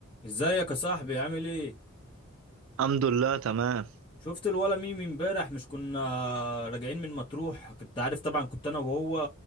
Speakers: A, on the left (about 25°); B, on the right (about 70°).
A: ازيك يا صاحبي عامل ايه
B: الحمد لله تمام
A: شفت الولا ميمي امبارح مش كنا راجعين من مطروح كنت عارف طبعا كنت انا وهو